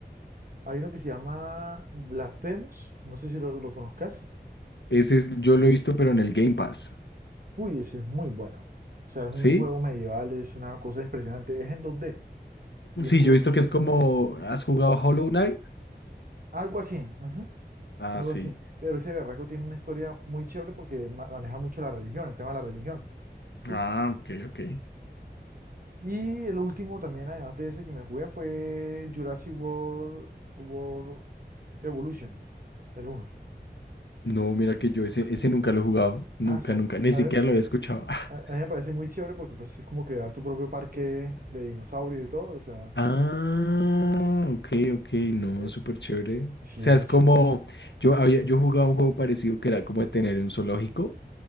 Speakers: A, on the right; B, on the left.
A: Hay uno que se llama Blasphemous, no sé si lo, lo conozcas.
B: Ese es, yo lo he visto, pero en el Game Pass.
A: Uy, ese es muy bueno. O sea, es
B: ¿Sí?
A: un juego medieval, es una cosa impresionante. Es en 2D y
B: Sí,
A: es co-
B: yo he visto
A: y-
B: que es como, ¿has jugado Hollow Knight?
A: algo así, ajá,
B: Ah,
A: algo
B: sí.
A: así. Pero ese berraco tiene una historia muy chévere porque ma- maneja mucho la religión, el tema de la religión, ¿sí?
B: Ah, ok, ok.
A: Y el último también, además de ese que me jugué, fue Jurassic World, World Evolution, el uno.
B: No, mira que yo ese, ese nunca lo he jugado. Nunca,
A: Ah, se me-
B: nunca. Ni
A: a-
B: siquiera lo había escuchado. <laughs>
A: A, a mí me parece muy chévere porque pues, es como crear tu propio parque de dinosaurios y todo. O sea,
B: Ah, ok, ok. No,
A: eh,
B: súper chévere. O
A: sí,
B: sea,
A: es muy
B: es como,
A: chévere.
B: yo había, yo jugaba un juego parecido que era como de tener un zoológico.